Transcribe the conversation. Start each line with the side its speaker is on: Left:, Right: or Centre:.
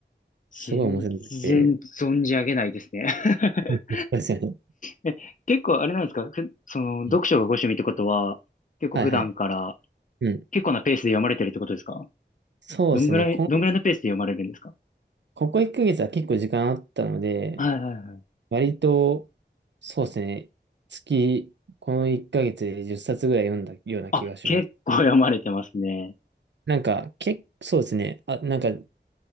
Left: 全然存じ上げないですね。
Right: すごい面白くて。
Left: <laughs>
Right: うんそうですよね。
Left: え、結構あれなんですかふ、その、読書がご趣味ってことは、
Right: うん
Left: 結構普段から、
Right: はいはい。うん。
Left: 結構なペースで読まれてるってことですか
Right: そうですね。
Left: どんぐらい、
Right: こん、
Left: どんぐらいのペースで読まれるんですか
Right: ここ1ヶ月は結構時間あったので、
Left: はいはいはい。
Right: 割と、そうですね。月、この1ヶ月で10冊ぐらい読んだような気がします。
Left: あ、結構読まれてますね。
Right: なんか、結構そうですね。あ、なんか、いっ